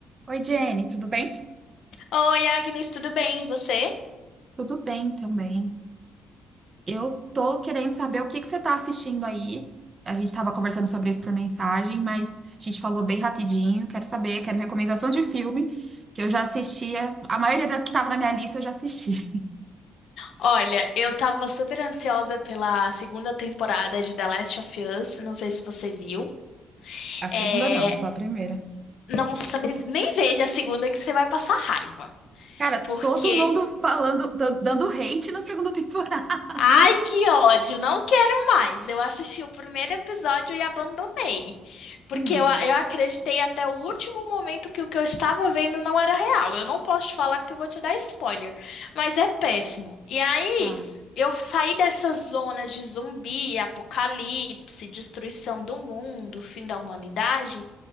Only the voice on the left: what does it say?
Oi, Agnes, tudo bem? E você?
Olha, eu tava super ansiosa pela segunda temporada de The Last of Us, não sei se você viu.
É...
Nossa, mas nem veja a segunda que você vai passar raiva,
porque
Ai, que ódio, não quero mais. Eu assisti o primeiro episódio e abandonei, porque
eu, eu acreditei até o último momento que o que eu estava vendo não era real. Eu não posso te falar porque eu vou te dar spoiler, mas é péssimo. E aí,
eu saí dessa zona de zumbi, apocalipse, destruição do mundo, fim da humanidade,